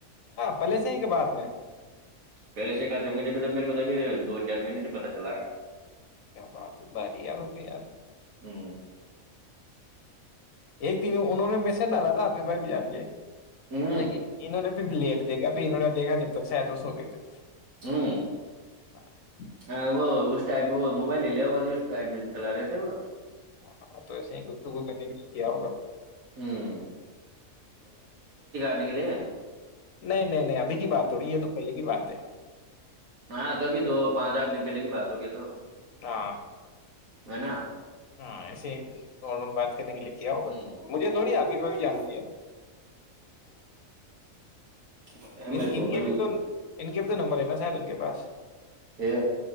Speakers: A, on the left; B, on the right.
A: پلے سے ہی کے بعد میں
B: پہلے سے کہاتتے ہوں گے جبھی تب میرے کو تبھی دو چار مہینے سے پت چلا ہے
A: کیا بات ہے باری ار اب ار
B: ہے
A: ایک دن انہوں نے میسج ڈالا تھا آپ کے بھائی بھی جان کے
B: ہ
A: لیکن انہوں نے پھر لیٹ دے گا پھر انہوں نےیکھا جب تک شاید اسو گئے تھے
B: ہوں
A: ہاں
B: ہاں وہ اس ٹائم وہ موبائل ل لے ہو اس ٹائملا رہتے وہ
A: ہاں تو ایسے ہی گفتگو کرنے کےے کیا ہوگا
B: ہ نہیںے
A: نہیں نہیں نہیں ابھی بات ہو رہی ہے یہ تو پہلے کی بات تے
B: ہاں تو ابھی دو پانچ آٹھ دن پہلے کی بات ہو گئی تو
A: ہ
B: ہے نا
A: ہاں ایسے نارمل بات کرنے کے لیے کیا ہوگا
B: ہ
A: مجھے تھوڑی آپ ہی پ بھی جان گ ہے
B: بتایا
A: ان
B: میرے کو
A: ان
B: میرے
A: کے بھی
B: کو
A: تو ان کے بھی تو ن مریں شاید ان کے پاس
B: ہی